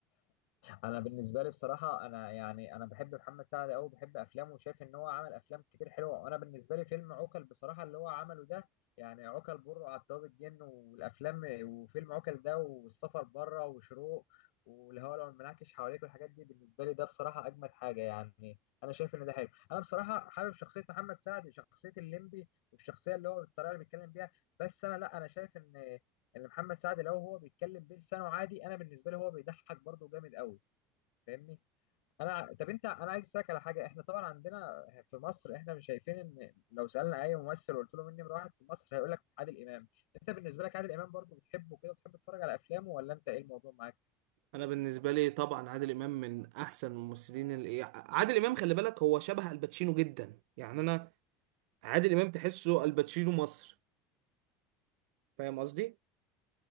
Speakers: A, on the left (about 80°); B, on the right (about 75°).
A: انا بالنسبه لي بصراحه انا يعني انا بحب محمد سعد قوي بحب افلامه وشايف ان هو عمل افلام كتير حلوه وانا بالنسبه لي فيلم عوكل بصراحه اللي هو عمله ده يعني عوكل بره على الطياب الجن والافلام وفيلم عوكل ده والسفر بره وشروق والهواء لو المنعكش حواليك والحاجات دي بالنسبه لي ده بصراحه اجمد حاجه يعني انا شايف ان ده حلو انا بصراحه حابب شخصيه محمد سعد شخصيه الليمبي والشخصيه اللي هو بالطريقه اللي بيتكلم بيها بس انا لا انا شايف ان ان محمد سعد لو هو بيتكلم بلسانه عادي انا بالنسبه لي هو بيضحك برضه جامد قوي فاهمني انا طب انت انا عايز اسالك على حاجه احنا طبعا عندنا في مصر احنا مش شايفين ان لو سالنا اي ممثل وقلت له مين نمره واحد في مصر هيقول لك عادل امام انت بالنسبه لك عادل امام برضو بتحبه كده بتحب تتفرج على افلامه ولا انت ايه الموضوع معاك
B: انا بالنسبه لي طبعا عادل امام من احسن الممثلين اللي عادل امام خلي بالك هو شبه الباتشينو جدا يعني انا عادل امام تحسه الباتشينو مصر فاهم قصدي